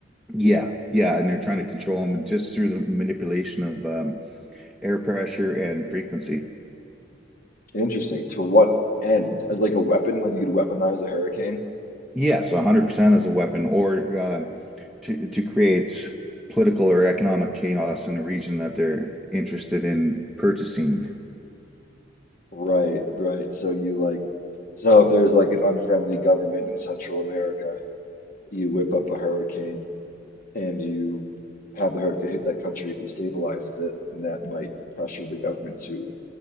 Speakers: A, in the centre; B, on the left.
A: Yeah, yeah, and they're trying to control them just through the manipulation of um, air pressure and frequency.
B: Interesting. To what end? As like a weapon, like you could weaponize a hurricane?
A: Yes, 100% as a weapon or uh, to to create political or economic chaos in a region that they're interested in purchasing,
B: Right, right. So you like so if there's like an unfriendly government in Central America, you whip up a hurricane and you have the hurricane hit that country, it destabilizes it, and that might pressure the government to